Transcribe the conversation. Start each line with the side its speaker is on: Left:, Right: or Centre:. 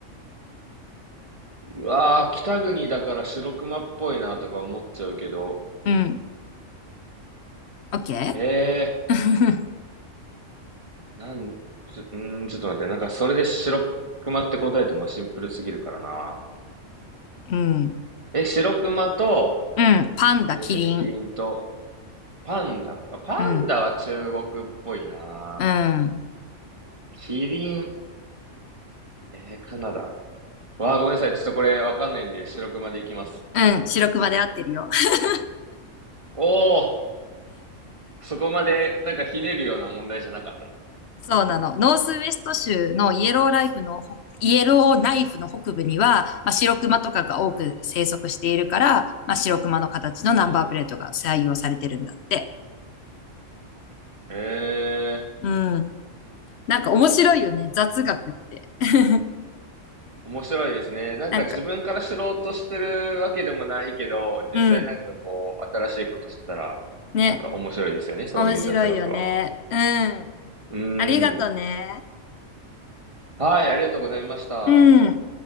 Right: うわー、北国だから白熊っぽいなとか思っちゃうけど、
Left: うん。オッケ
Right: え
Left: ー <laughs>
Right: ー、なん、ちょ、うーん、ちょっと待って、なんかそれで白熊って答えてもシンプルすぎるからな。
Left: うん。
Right: え、白熊と、
Left: うん。パンダ、
Right: 何でしたっけ、
Left: キリン。
Right: キリンと、パンダ。あパンダは中国っぽいな。
Left: うん。うん。
Right: キリン、えー、カナダ。わあ、ごめんなさい。ちょっとこれわかんないんで、白熊でいきます。
Left: うん。白熊で合ってるよ。<laughs>
Right: おお、そこまでなんかひねるような問題じゃなかったな。
Left: そうなの。ノースウェスト州のイエローライフのイエローナイフの北部には、まあ、白熊とかが多く生息しているから、まあ、白熊の形のナンバープレートが採用されてるんだって。
Right: うん。へえ、
Left: うん。なんか面白いよね。雑学って。<laughs>
Right: 面白いですね。なんか自分から知ろうとしてるわけでもないけど、
Left: なんか、うん。
Right: 実際なんかこう、新しいこと知ったら、
Left: ね。
Right: なんか面白いですよね、そういう雑学は。
Left: 面白いよね。うん。
Right: うん。
Left: ありがとね。
Right: はい、ありがとうございました。
Left: うん。